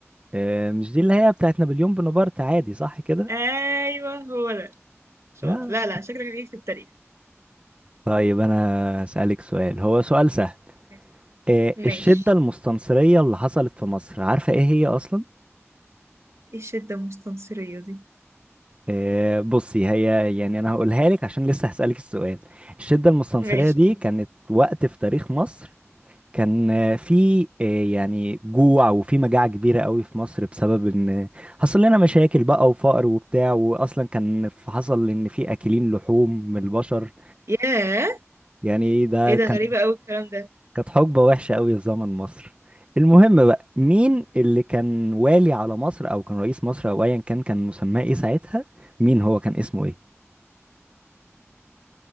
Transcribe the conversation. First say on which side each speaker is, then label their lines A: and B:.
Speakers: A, on the right; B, on the right.
A: آه، مش دي اللي هي بتاعت نابليون بونابرت عادي صح كده
B: ايوه هو ده شاطر
A: لا
B: لا لا شكلك هجيك في التاريخ
A: طيب انا هسألك سؤال هو سؤال سهل
B: ماشي
A: آه،
B: ماشي.
A: الشدة المستنصرية اللي حصلت في مصر عارفة ايه هي اصلا
B: ايه الشدة المستنصرية دي
A: آه، بصي هي يعني انا هقولها لك عشان لسه هسألك السؤال الشدة المستنصرية
B: ماشي
A: دي كانت وقت في تاريخ مصر كان آه، في آه، يعني جوع وفي مجاعة كبيرة قوي في مصر بسبب ان حصل لنا مشاكل بقى وفقر وبتاع واصلا كان ف- حصل ان في اكلين لحوم من البشر
B: ياه
A: يعني ده
B: ايه ده
A: كان
B: غريبة قوي الكلام ده
A: كانت حقبة وحشة قوي في زمن مصر المهم بقى مين اللي كان والي على مصر او كان رئيس مصر او ايا كان كان مسماه ايه ساعتها مين هو كان اسمه ايه